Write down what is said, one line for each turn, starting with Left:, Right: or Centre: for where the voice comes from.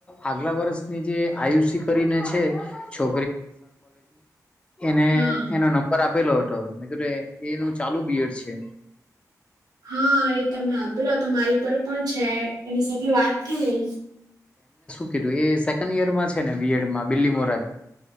Left: આગલા વર્ષની જે આયુષી કરીને છે છો એને
Right: હા.
Left: એનો નંબર આપેલો હતો મે કીધું એ એનું ચાલુ બીયડ છે
Right: હા એ તમે આપેલો હતો મારી પર પણ છે એની સાથે વાત થઈ
Left: કીડુ એ સેકન્ડ યરમાં છે ને બીએડમાં બીલી મોરાજ